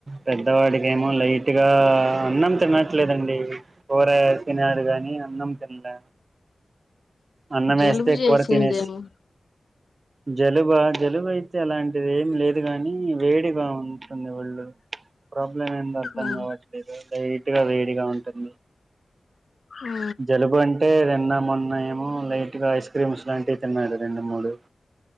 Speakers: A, on the right; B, on the left.
A: పెద్దవాడికిేమో లైట్గా అన్నం తినట్లేదండి కూర తినడు కానీ అన్నం తినలే అన్నమేస్తే
B: జలుబు చేసిందేమో
A: కూర తినేసి జలుబా జలుబు అయితే అలాంటిది ఏమి లేదు గాని వేడిగా ఉంటుంది ఒళ్ళు ప్రాబ్లం ఏంది అర్థం
B: ఆ
A: కావట్లేదు <unintelligible> తిగా వేడిగా ఉంటుంది
B: ఆ
A: జలుబు అంటే రెన్న మొన్న ఏమో లైట్ గా ఇ స్ క్రీమ్స్ లాంటివి తిన్నాడు రెండు మూడు